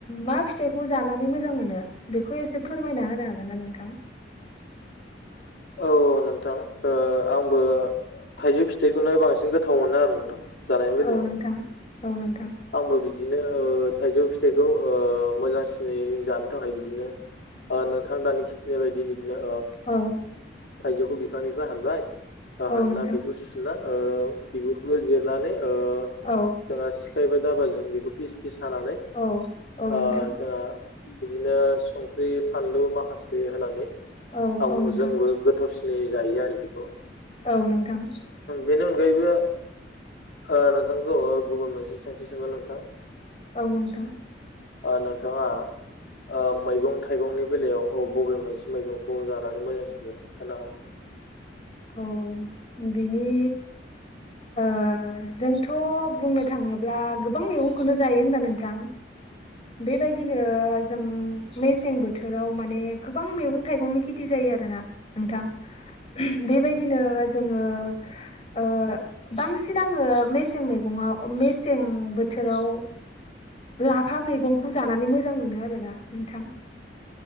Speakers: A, on the left; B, on the left.
A: मा फिथाइखौ जानानै मोजां मोनो बेखौ एसे फोरमायना होनो हागोन ना नोंथां।
B: औ नोंथां ओ आंबो थाइजौ फिथाइखौनो बांसिन गोथाव मोनो आरो नोंथां जानायनि बेलायाव
A: औ नोंथां औ नोंथां
B: आंबो बिदिनो ओ थाइजौ फिथाइखौ ओ मोजांसिनै जानो थाखाय बिदिनो नोंथां दानि खिथिनाय बायदि बिदिनो
A: औ
B: थाइजौखौ बिफांनिफ्राय हानबाय
A: औ
B: हानना
A: नोंथां
B: बेखौ सुना ओ बिगुरखौ जिरनानै ओ
A: औ
B: जोंहा सिखा एबा दाबाजों बेखौ फिस-फिस हानानै
A: औ औ नोंथां
B: ओ जोंहा बिदिनो संख्रि फानलु माखासे होनानै
A: औ
B: आं
A: औ नोंथां
B: जोंबो गोथावसिन सिनै जायो आरो बेखौ
A: औ नोंथां
B: बेनि अनगायैबो ओ नोंथांखौ ओ गुबुन मोनसे सोंथि सोंगोन नोंथां
A: औ नोंथां
B: ओ नोंथाङा ओ मैगं थाइगंनि बेलायाव अ बबे मोनसे मैगंखौ जानानै मोजांसिन मोजां खोनथानो भागों नोंथां <inaudible>
A: औ बिनि ओ जोंथ' बुंनो थाङोब्ला गोबां मैगंखौनो जायो होनबा नोंथां बेबायदिनो जों मेसें बो थोराव माने गोबां मैगं थाइगंनि खेथि जायो आरो ना नोंथां बेबाय दिनो जोंङो ओ बांसिन आङो मेसें मैगङाव मेसें बोथोराव लाफा मैगंखौ जानानै मोजां मोनो आरोना नोंथां